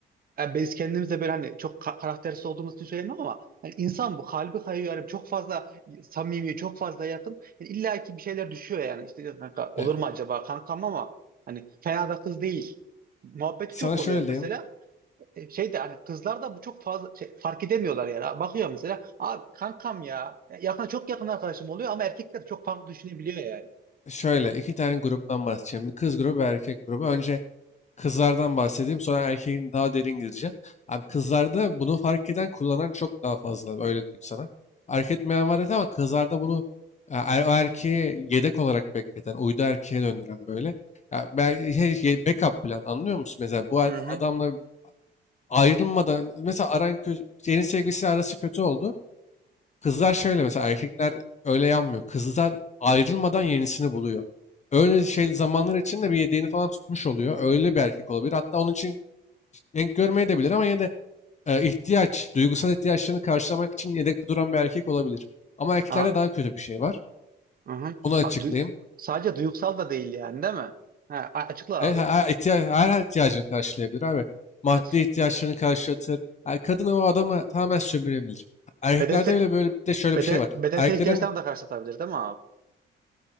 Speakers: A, on the right; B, on the left.
A: yani biz kendimize böyle hani çok ka- karaktersiz olduğumuz için söylemiyorum ama hani insan bu kalbi kayıyor yani çok fazla samimi çok fazla yakın yani illa ki bir şeyler düşüyor yani işte ya kanka olur
B: E,
A: mu acaba kankam ama hani fena da kız değil muhabbeti
B: sana
A: çok oluyor
B: şöyle
A: mesela
B: diyeyim.
A: E, şey de hani kızlar da bu çok fazla şey, fark edemiyorlar yani bakıyor mesela abi kankam ya yakın çok yakın arkadaşım oluyor ama erkekler çok farklı düşünebiliyor yani.
B: Şöyle iki tane gruptan bahsedeceğim. Bir kız grubu, bir erkek grubu. Önce kızlardan bahsedeyim. Sonra erkeğin daha derin gireceğim. Abi kızlarda bunu fark eden, kullanan çok daha fazla. Öyle diyeyim sana. Fark etmeyen var evet ama kızlarda bunu e, er- o erkeği yedek olarak bekleten, uydu erkeğe döndüren böyle. Ya belki şey, şey, backup plan anlıyor musun? Mesela bu ad-
A: Hı hı.
B: adamla ayrılmadan mesela aran kö- yeni sevgilisi arası kötü oldu. Kızlar şöyle mesela erkekler öyle yanmıyor. Kızlar ayrılmadan yenisini buluyor. Öyle şey zamanlar içinde bir yedeğini falan tutmuş oluyor. Öyle bir erkek olabilir. Hatta onun için denk görmeye de bilir ama yine de e, ihtiyaç, duygusal ihtiyaçlarını karşılamak için yedekte duran bir erkek olabilir. Ama erkeklerde
A: Aa,
B: daha kötü bir şey var.
A: hı hı.
B: Onu açıklayayım.
A: Abi du- sadece duygusal da değil yani değil mi? Ha, a- açıkla
B: Evet
A: abi.
B: her, ihtiya- her ihtiyacını karşılayabilir abi. Maddi
A: Evet.
B: ihtiyaçlarını karşılatır. Yani kadın o adamı tamamen sömürebilir. Erkeklerde
A: bedensel
B: bile böyle bir de şöyle
A: beden,
B: bir şey var.
A: bedensel
B: Erkeklerin
A: ihtiyaçlarını da karşılatabilir değil mi abi?